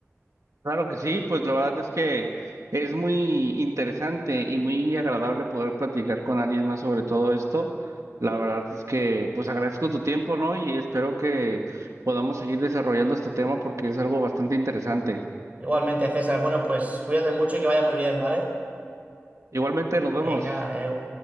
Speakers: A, on the right; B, on the right.
A: Claro que sí, pues la verdad es que es muy interesante y muy agradable poder platicar con alguien más sobre todo esto. La verdad es que pues agradezco tu tiempo, ¿no? Y espero que podamos seguir desarrollando este tema porque es algo bastante interesante.
B: Igualmente, César, bueno, pues cuídate mucho y que vaya muy bien, ¿vale?
A: Igualmente, nos vemos.
B: Venga, adeu.